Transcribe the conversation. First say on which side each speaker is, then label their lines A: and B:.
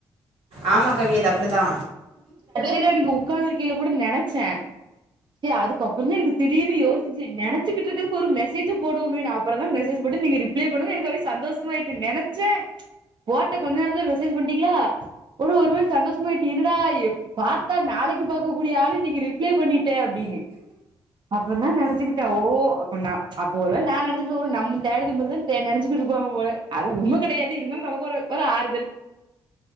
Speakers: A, on the right; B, on the right.
A: ஆமா கவி அது அப்டிதா
B: அதே வழியில அன்னிக் உட்கார்ந்துருக்கேயில கூட நெனைச்சே செரி அதுக்கப்புற தா எனக்கு திடீர்னு யோசிச்சு நெனச்சிட்டுருக்குரதுக்கு ஒரு மெசேஜ போடுவோமேனு அப்புற தா மெசேஜ போட்டு நீ ரிப்ளே பண்ணது எனக்கு அப்டியே சந்தோஷமாயிட்டு நெனைச்சே போட்ட கொஞ்ச நேரத்தில மெசேஜ் பன்டிங்ளா ஒரு ஒரு மாரி சந்தோஷமாயிட்டு என்னடா எப் பாத்தா நாளைக்கு பாக்ககூடிய ஆளு இன்னைக்கு ரிப்ளே பண்ணி கே அப்டின்னு அப்பதா நெனச்சுக்கிட் ட ஓ அப்புன்னா அப்போ ஒருவேல நா நெனைச்சிகிட்டு நம் தேட்னக்பிருகுதா தே நெனச்சிகிட்டு இருபாங்க போல அது உண்ம கெடையாது இருந்தாலு நமக்கு ஒரு ஒரு ஆறுதல்